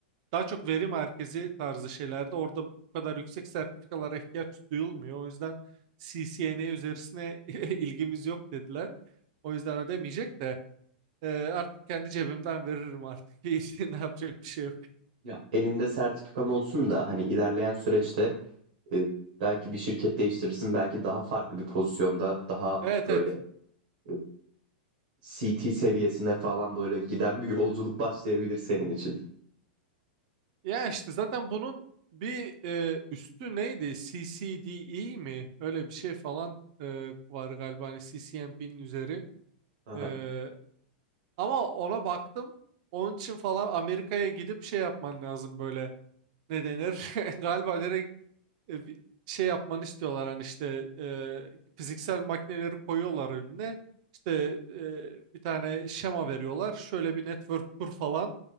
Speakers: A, on the right (about 45°); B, on the right (about 60°).
A: Daha çok veri merkezi tarzı şeylerde orada bu kadar yüksek sertifikalara ihtiyaç duyulmuyor. O yüzden CCNA üzerisine <laughs> ilgimiz yok dediler. O yüzden ödemeyecek de e, artık kendi cebimden veririm artık. <laughs> Hiç Ne yapacak bir şey yok.
B: Ya elinde sertifikan olsun da hani ilerleyen süreçte e, belki bir şirket değiştirirsin, belki daha farklı bir pozisyonda, daha
A: Evet
B: böyle
A: evet.
B: e, C T seviyesine falan böyle giden bir yolculuk başlayabilir senin için.
A: Ya işte zaten bunun bir e, üstü neydi? CCDE mi? Öyle bir şey falan e, var galiba hani CCNP'nin üzeri.
B: Aha.
A: E, ama ona baktım. Onun için falan Amerika'ya gidip şey yapman lazım böyle. ne denir? <laughs> Galiba direkt e, bir şey yapmanı istiyorlar hani işte e, fiziksel makineleri koyuyorlar önüne. İşte e, bir tane şema veriyorlar. Şöyle bir network kur falan.